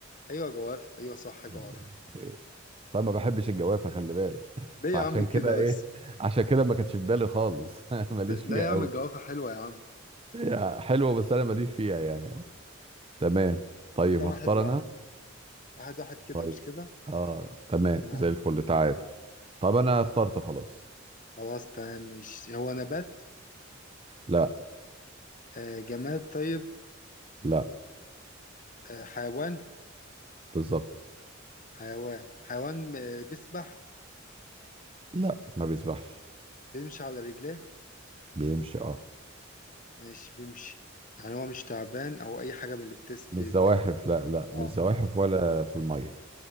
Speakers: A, on the left; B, on the right.
A: ايوه جواف ايوه صح جواف
B: <laughs> الله. آه، طب ما بحبش الجوافه خلي بالك
A: ليه
B: فعشان
A: يا عم كده
B: كده
A: بس
B: ايه عشان كده ما كانتش في بالي خالص <laughs> ماليش
A: لا لا
B: فيها
A: يا عم
B: قوي
A: الجوافة حلوة يا عم
B: هي حلوه بس انا ماليش فيها يعني قوي تمام طيب
A: كده
B: هختار
A: واحد واحد
B: انا
A: واحد واحد كده
B: طيب
A: مش كده
B: اه تمام
A: تمام
B: زي الفل تعال طب انا اخترت خلاص
A: خلاص تمام مش هو نبات
B: لا
A: آه جماد طيب
B: لا
A: آه حيوان
B: بالظبط
A: حيوان حيوان آه بيسبح
B: لا ما بيسبحش
A: بيمشي على رجليه
B: بيمشي اه
A: مش بيمشي يعني هو مش تعبان او اي حاجة من اللي بتس ب...
B: مش
A: ب...
B: زواحف لا لا
A: اه
B: مش زواحف ولا في الميه